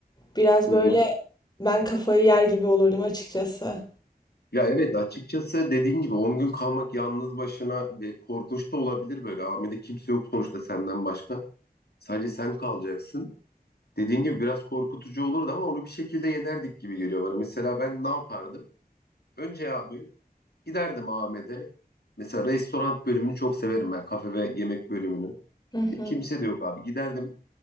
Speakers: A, on the left; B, on the left.
A: biraz
B: Hı
A: böyle
B: hı.
A: ben kafayı yer gibi olurdum açıkçası.
B: Ya evet açıkçası dediğin gibi 10 gün kalmak yalnız başına ve korkunç da olabilir böyle. Amede kimse yok sonuçta senden başka. Sadece sen kalacaksın. Dediğin gibi biraz korkutucu olurdu ama onu bir şekilde yenerdik gibi geliyor bana. Mesela ben ne yapardım? Önce abi giderdim Ahmet'e. Mesela restoran bölümünü çok severim ben. Kafe ve yemek bölümünü.
A: Hı
B: E,
A: hı.
B: kimse de yok abi. Giderdim